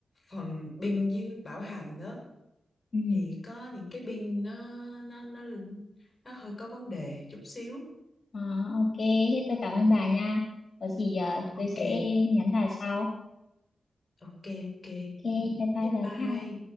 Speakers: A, on the left; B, on the left.
A: phần pin với bảo hành đó
B: ừ,
A: thì có những cái pin nó nó nó nó hơi có vấn đề chút xíu
B: Ờ, ok thế tôi cảm ơn bà nha có gì ờ,
A: ok
B: tôi sẽ nhắn bà sau
A: ok ok
B: ok bye bye
A: bye
B: bà
A: bye
B: nha